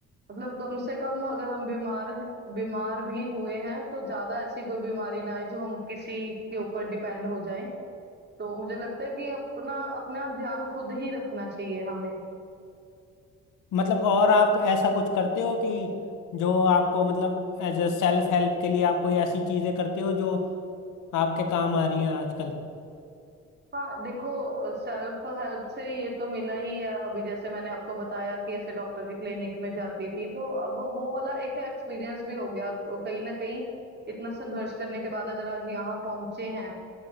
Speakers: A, on the right (about 35°); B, on the left (about 85°).
A: मतलब कम से कम अगर हम बीमार बीमार भी हुए हैं तो ज्यादा ऐसी कोई बीमारी ना आए जो हम किसी के ऊपर डिपेंड हो जाए तो मुझे लगता है कि अपना अपना ध्यान खुद ही रखना चाहिए हमें
B: मतलब और आप ऐसा कुछ करते हो कि जो आपको मतलब एज अ सेल्फ हेल्प के लिए आप कोई ऐसी चीज़ें करते हो जो आपके काम आ रही हैं आजकल
A: हाँ देखो सेल्फ हेल्प से ये तो मिला ही है अभी जैसे मैंने आपको बताया कि ऐसे डॉक्टर की क्लिनिक में जाती थी तो अब वो वाला एक एक्सपीरियंस भी हो गया तो कहीं ना कहीं इतना संघर्ष करने के बाद अगर आज यहाँ पहुंचे हैं